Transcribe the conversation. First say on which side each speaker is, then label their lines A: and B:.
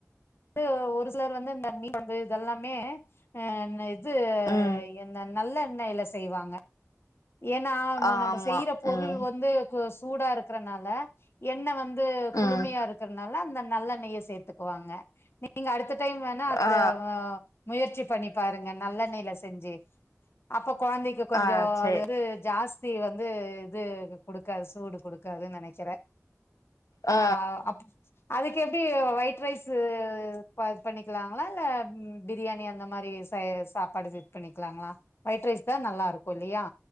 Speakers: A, on the left (about 45°); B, on the left (about 85°).
A: து ஒரு சிலர் வந்து இந்த மீன்கொழம்பு இதெல்லாமே ஆ ந இ து
B: ம்
A: எண்ண நல்லெண்ணய்ல செய்வாங்க ஏனா
B: ஆமா
A: நம்ம செய்ற பொருள்
B: ம்
A: வந்து கொ சூடா இருக்குறனால எண்ண வந் து
B: ம்
A: குளுமையா இருக்கறனால அந்த நல்லெண்ணய சேத்துக்குவாங்க நீங்க அடுத்த டைம் வேணா அந்த
B: ஆ
A: வ முயற்சி பண்ணி பாருங்க நல்லெண்ணய்ல செஞ்சு அப்ப கொழந்தைக்கு கொஞ்சோ
B: ஆ சேரி
A: அது ஜாஸ்தி வந்து இது குடுக்காது சூடு குடுக்காதுன் நனைக்கிறே
B: ஆ
A: ஆஹ் அப் அதுக்கு எப்படி ஒயிட் ரைஸ் இது பண்ணிக்கலாங்களா இல்ல பிரியாணி அந்த மாதிரி ச சாப்பாடு இது பண்ணிக்கலாங்களா ஒயிட் ரைஸ் தான் நல்லா இருக்கும் கும் லியா